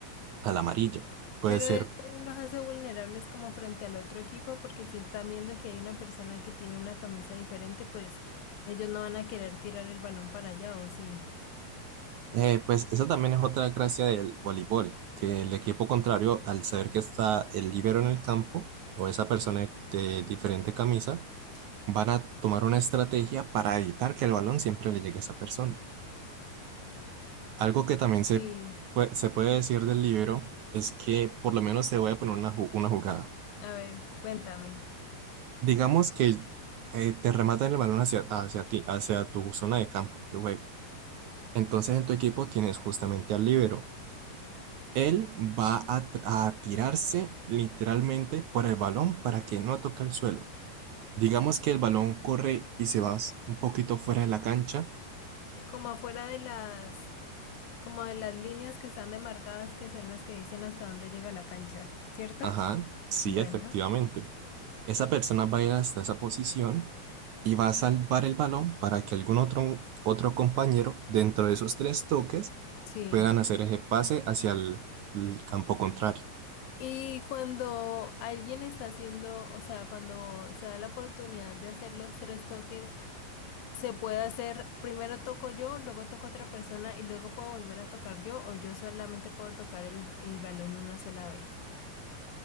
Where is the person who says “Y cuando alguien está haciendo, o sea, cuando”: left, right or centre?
Left